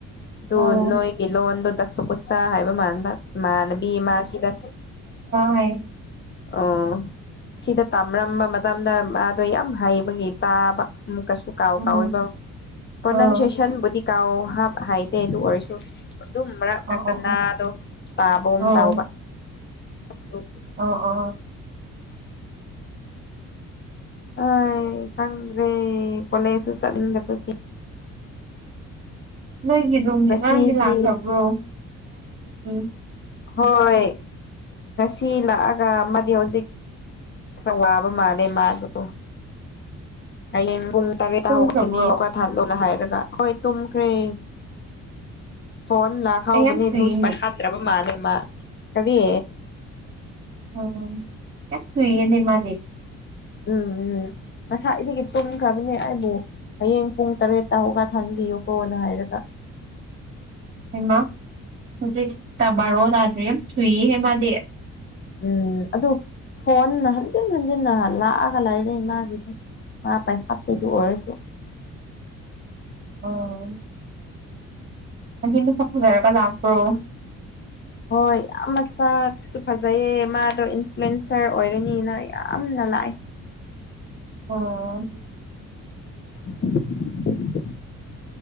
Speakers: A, on the left; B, on the right.
A: ꯗꯨ
B: ꯑꯣ
A: ꯅꯣꯏꯒꯤ ꯂꯣꯟꯗꯨ ꯇꯁꯀꯨꯁ ꯍꯥꯏꯕ ꯃꯥꯟꯕ ꯏꯃꯥꯟꯅꯕꯤ ꯑꯃ ꯁꯤꯗ
B: ꯍꯥꯏ
A: ꯑꯧ ꯁꯤꯗ ꯇꯝꯔꯝꯕ ꯃꯇꯝꯗ ꯃꯥꯗꯣ ꯌꯥꯝ ꯍꯩꯕꯒꯤ ꯇꯥꯕ ꯑꯃꯨꯛ ꯀꯁꯨ ꯀꯥꯎ
B: ꯎꯝ
A: ꯀꯥꯎꯏꯕ ꯄ꯭ꯔꯣꯅꯟꯁꯦꯁꯟꯕꯨꯗꯤ
B: ꯑꯥ
A: ꯀꯥꯎ ꯍꯥꯞ ꯍꯥꯏꯗꯦ ꯑꯗꯨ ꯑꯣꯏꯔꯁꯨ ꯑꯗꯨꯝ ꯃꯔꯛ ꯃꯔꯛꯇ
B: ꯑꯣ ꯑꯣ ꯑꯣ
A: ꯅꯥꯗꯣ ꯇꯥꯕꯒꯨ
B: ꯑꯣ
A: ꯇꯥꯎꯕ ꯑꯗꯨꯒꯤ
B: ꯑꯣ ꯑꯣ
A: ꯍꫭꯏ ꯈꯪꯗ꯭ꯔꯦ ꯀꯂꯦꯁꯁꯨ ꯆꯠꯂꯨꯗꯕꯒꯤ
B: ꯅꯣꯏꯒꯤ ꯔꯨꯝꯗꯤ
A: ꯉꯁꯤꯗꯤ
B: ꯑꯉꯥꯡꯗꯤ ꯂꯥꯛꯈ꯭ꯔꯕ꯭ꯔꯣ <unintelligible>
A: ꯍꯣꯏ ꯉꯁꯤ ꯂꯥꯛꯑꯒ ꯑꯃꯗꯤ ꯍꯧꯖꯤꯛ ꯈꯔ ꯋꯥꯕ ꯃꯥꯜꯂꯦ ꯃꯥꯗꯣ ꯍꯌꯦꯡ ꯄꯨꯡ ꯇꯔꯦꯠ ꯇꯥ
B: ꯇꯨꯝꯈ꯭ꯔꯕ꯭ꯔꯣ
A: ꯍꯧꯒꯠꯀꯅꯤ ꯍꯧꯒꯠ ꯍꯟꯂꯣꯅ ꯍꯥꯏꯔꯒ ꯍꯣꯏ ꯇꯨꯝꯈ꯭ꯔꯦ ꯐꯣꯟ ꯂꯥꯛ ꯍꯥꯎꯕꯅꯦ
B: ꯑꯩ ꯌꯥꯝ ꯊꯨꯏꯌꯦꯅꯦ
A: ꯑꯗꯨꯨꯁꯨ ꯄꯥꯏ ꯈꯠꯇ꯭ꯔꯕ ꯃꯥꯜꯂꯦ ꯃꯥ ꯀꯔꯤ
B: ꯑꯣꯑꯣ ꯌꯥꯝ ꯊꯨꯏꯌꯦꯅꯦ ꯃꯥꯗꯤ
A: ꯎꯝ ꯎꯝ ꯉꯁꯥꯏꯗꯒꯤ ꯇꯨꯝꯈ꯭ꯔꯕꯅꯦ ꯑꯩꯕꯨ ꯍꯌꯦꯡ ꯄꯨꯡ ꯇꯔꯦꯠꯇ ꯍꯧꯒꯠꯍꯟꯕꯤꯌꯨꯀꯣꯅ ꯍꯥꯏꯔꯒ
B: ꯍꯩꯃꯥ ꯍꯧꯖꯤꯛ ꯇ ꯕꯥꯔꯣ ꯇꯥꯗ꯭ꯔꯤ ꯌꯥꯝ ꯊꯨꯏ ꯍꯦ ꯃꯥꯗꯤ
A: ꯎꯝ ꯑꯗꯨ ꯐꯣꯟ ꯍꯟꯖꯤꯟ ꯍꯟꯖꯤꯟꯅ ꯂꯥꯛꯑꯒ ꯂꯩꯔꯦ ꯃꯥꯒꯤꯗꯨ ꯃꯥ ꯄꯥꯏꯈꯠꯇꯦ ꯗꯨ ꯑꯣꯏꯔꯁꯨ
B: ꯎꯝ ꯍꯥꯏꯗꯤ ꯃꯁꯛ ꯐꯖꯔꯒ ꯂꯥꯛꯄ꯭ꯔꯣ
A: ꯍꯣꯏ ꯌꯥꯝ ꯃꯁꯥꯛꯁꯨ ꯐꯖꯩꯑꯌꯦ ꯃꯥꯗꯣ ꯏꯟꯐ꯭ꯂꯨꯌꯦꯟꯁꯔ ꯑꯣꯏꯔꯅꯤꯅ ꯌꯥꯝꯅ ꯂꯥꯛꯑꯦ
B: ꯑꯣ
A: <inaudible>